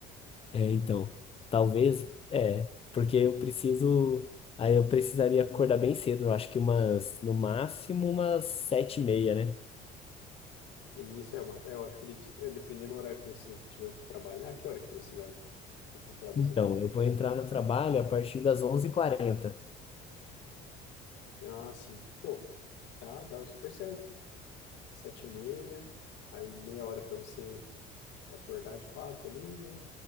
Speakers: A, on the left; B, on the left.
A: é, então. Talvez, é, porque eu preciso. Aí eu precisaria acordar bem cedo, eu acho que umas, no máximo, umas sete e meia, né?
B: E isso é uma, é, eu acredito, é dependendo do horário que você tiver que trabalhar, que hora que você vai ter que entrar mais
A: Então,
B: ou menos.
A: eu vou entrar no trabalho a partir das onze e quarenta.
B: Ah, sim. Pô, dá, dá super certo. sete e meia, aí meia hora para você acordar de fato ali, né?